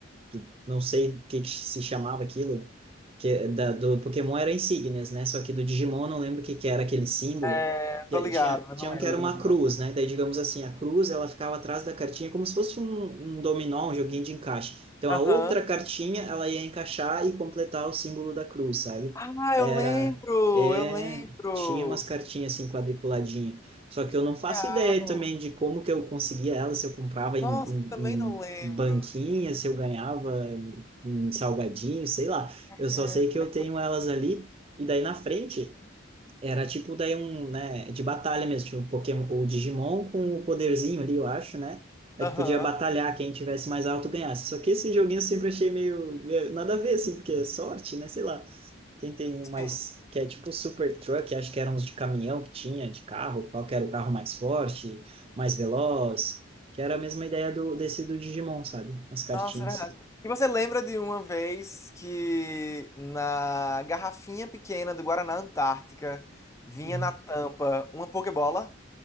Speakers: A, on the right; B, on the left.
A: do- não sei o que que se chamava aquilo, que é da, do Pokémon era insígnias, né? Só que do Digimon eu não lembro o que que era aquele símbolo.
B: É,
A: Que
B: tô ligado,
A: tinha,
B: mas
A: tinha
B: não lembro
A: um que era
B: também
A: uma
B: não
A: cruz,
B: nome.
A: né? Daí, digamos assim, a cruz ela ficava atrás da cartinha como se fosse um, um dominó, um joguinho de encaixe. Então,
B: Aham.
A: a outra cartinha ela ia encaixar e completar o símbolo da cruz, sabe?
B: Ah,
A: Era,
B: eu lembro,
A: é,
B: eu lembro.
A: tinha umas cartinhas assim quadriculadinhas. Só que eu não faço
B: Real.
A: ideia também de como que eu conseguia ela, se eu comprava em,
B: Nossa, também
A: em,
B: não lembro.
A: banquinha, se eu ganhava um salgadinho, sei lá. Eu só
B: É,
A: sei que eu tenho elas ali, e daí na frente era tipo daí um, né, de batalha mesmo, tipo um Pokémon ou Digimon com o poderzinho ali, eu acho, né? A
B: Aham,
A: gente podia batalhar, quem tivesse mais alto ganhasse. Só que esse joguinho eu sempre achei meio, meio nada a ver, assim, porque é sorte, né? Sei lá. Tem, tem umas
B: Sim.
A: que é tipo super truck, acho que eram uns de caminhão que tinha, de carro, qual que era o carro mais forte, mais veloz, que era a mesma ideia do, desse do Digimon, sabe? As cartinhas.
B: Nossa, é verdade. E você lembra de uma vez que na garrafinha pequena do Guaraná Antártica vinha
A: Uhum.
B: na tampa uma Pokébola?